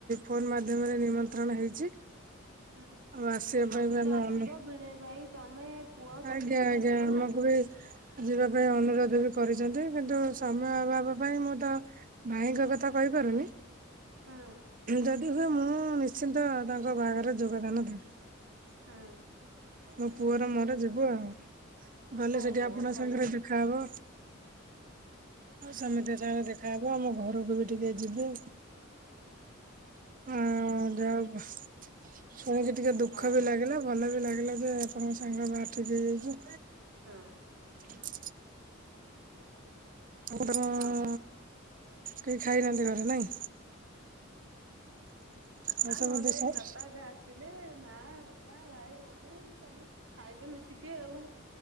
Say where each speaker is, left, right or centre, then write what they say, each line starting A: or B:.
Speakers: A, on the right; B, on the right.
A: ଫୋନ ମାଧ୍ୟମରେ ନିମନ୍ତ୍ରଣ ହେଇଚି ଆଉ
B: ହୁଁ
A: ଆସିବା
B: ତମେ
A: ପାଇଁ
B: ବି ତ
A: ଆମେ
B: ଆସିବ
A: ଅନୁ
B: ଭିଣେଇ ଭାଇ ତମେ ପୁଅ ସବୁ
A: ଆଜ୍ଞା
B: ମିଶିକି
A: ଆଜ୍ଞା
B: ଆସିବ
A: ଆମକୁ
B: ନା
A: ବି ଯିବା ପାଇଁ ଅନୁରୋଧ ବି କରିଛନ୍ତି କିନ୍ତୁ ସମୟ
B: ହୁଁ।
A: ହାଭ ଭାବ ପାଇଁ ମୁଁ ତ ଭାଇଙ୍କ କଥା କହିପାରୁନି
B: ହୁଁ
A: ଯଦି ମୁଁ ନିଶ୍ଚିନ୍ତ ତାଙ୍କ ବାହାଘରରେ ଯୋଗଦାନ ଦେବି
B: ହୁଁ
A: ମୋ ପୁଅର ମୋର ଯିବୁ ଆଉ ଗଲେ
B: ଓହୋ
A: ସେଠି ଆପଣଙ୍କ
B: ଭଲ।
A: ସାଙ୍ଗରେ ଦେଖାହବ ସେମିତି ସାଙ୍ଗରେ ଦେଖାହେବ ଆମ ଘରକୁ ବି ଟିକେ ଯିବି ଆଉଁ
B: ଓ
A: ଯା ହବ ଶୁଣିକି ଟିକେ ଦୁଃଖ
B: ହଁ
A: ବି ଲାଗିଲା ଭଲ ବି ଲାଗିଲା ଯେ ଆପଣଙ୍କ ସାଙ୍ଗ ବାହାଘର ଠିକ୍ ହେଇଯାଇଛି।
B: ହଁ।
A: <inaudible>
B: ଅ ହଁ।
A: ମୁଁ ତମ
B: ଆଉ କଣ?
A: କେଇ ଖାଇନାହାନ୍ତି ଘରେ ନାଇଁ
B: ନା
A: ଆଉ ସମସ୍ତେ
B: ଘରେ ବାପା ଏବେ ଆସିଲେ ମା ବାପା ଭାଇ ଭଉଣୀ ସବୁ ଖାଇବେ ମିଶିକି ଆଉ